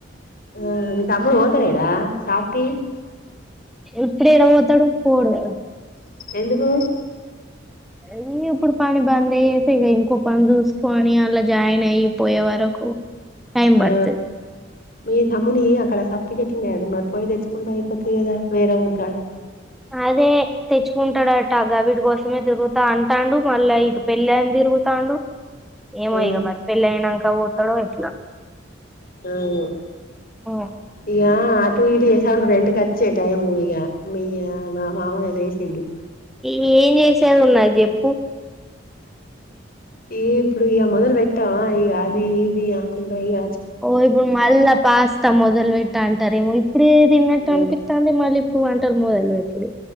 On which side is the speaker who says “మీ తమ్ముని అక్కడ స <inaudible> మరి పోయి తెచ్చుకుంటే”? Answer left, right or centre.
Left